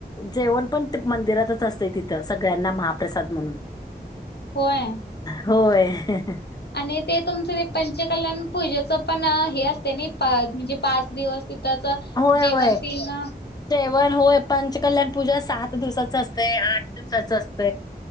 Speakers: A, on the left (about 25°); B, on the left (about 80°).
A: जेवण पण मंदिरातच असतंय तिथं सगळ्यांना महाप्रसाद म्हणून
B: होय
A: होय ह ह
B: आणि ते तुमचं ते पंचकल्याण पूजेच पण हे असते ना म्हणजे पाच दिवस त्याच
A: होय
B: जेवण
A: होय
B: पिण
A: होय पंचकल्याण पूजा सात दिवसाच असते आठ दिवसाच असत